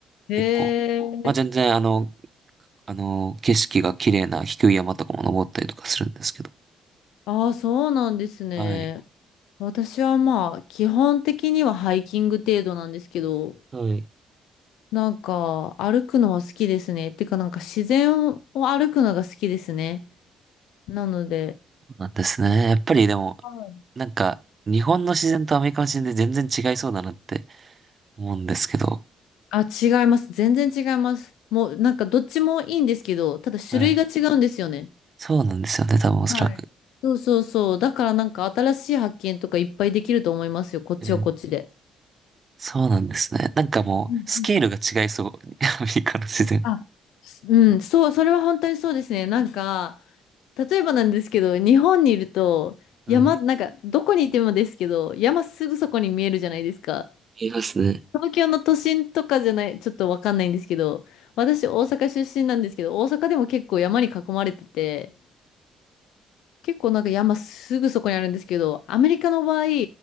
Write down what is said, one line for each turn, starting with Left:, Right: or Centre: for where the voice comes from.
Left: へえ、
Right: 結構、まあ全然あの、あの、景色が綺麗な低い山とかも登ったりとかするんですけど。
Left: ああ、そうなんですね。
Right: はい。
Left: 私はまあ、基本的にはハイキング程度なんですけど、
Right: はい。
Left: なんか、歩くのは好きですね。てか、なんか自然を歩くのが好きですね。なので、
Right: そうなんですね。やっぱりでも、
Left: はい
Right: なんか、日本の自然とアメリカの自然で全然違いそうだなって思うんですけど。
Left: あ、違います。全然違います。もう、なんかどっちもいいんですけど、ただ種類が違うんですよね。
Right: はい。そうなんですよね、多分おそらく。
Left: はい。そうそうそう。だからなんか新しい発見とかいっぱいできると思いますよ。こっちはこっちで。
Right: えーそうなんですね。なんかもう、
Left: うんうん。
Right: スケールが違いそう。<laughs> アメリカの自然。
Left: あ、うん、そう、それは本当にそうですね。なんか、例えばなんですけど、日本にいると、
Right: はい。
Left: 山、なんか、どこにいてもですけど、山すぐそこに見えるじゃないですか。
Right: いますね。
Left: 東京の都心とかじゃない、ちょっとわかんないんですけど、私大阪出身なんですけど、大阪でも結構山に囲まれてて、結構なんか山すぐそこにあるんですけど、アメリカの場合、